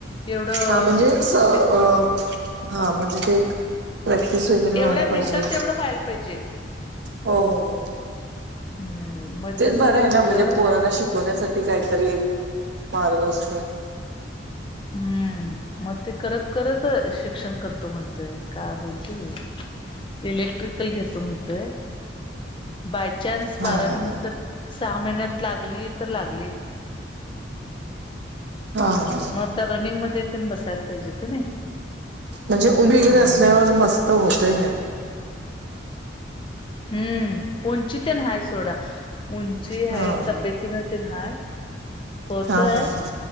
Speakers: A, on the left; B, on the right.
A: एवढं
B: हा म्हणजे स अ
A: डिस
B: हा म्हणजे ते एक प्रॅक्टिस वगैरे
A: एवढ्या
B: व्हायला
A: मिनिटात
B: पाहिजे.
A: तेवढं व्हायला पाहिजे
B: हो हो हो.
A: हम्म
B: तेच
A: तसं
B: बरं
A: ते
B: आहे
A: सगळं
B: ना, म्हणजे पोरांना शिकवण्यासाठी काहीतरी एक मार्ग असतोय.
A: हम्म मग ते करत करत शिक्षण करतो म्हणतय. काय होईल ते होईल. इलेक्ट्रिकल घेतो म्हणतोय. बाय चान्स
B: हा
A: बारावी
B: हा
A: नंतर सहा महिन्यात लागली तर लागली.
B: हा हा
A: मग रनिंग मध्ये तेण बसायला पाहिजे की नाही.
B: म्हणजे उमेजण
A: म्हणून
B: असल्यावर
A: म्हंटलं
B: बसतो बहुतेक हा.
A: हम्म उंची तेण हाय सोडा. उंची हाय
B: हा
A: तब्येत तीन तेण हाय होतोय.
B: हा हा हा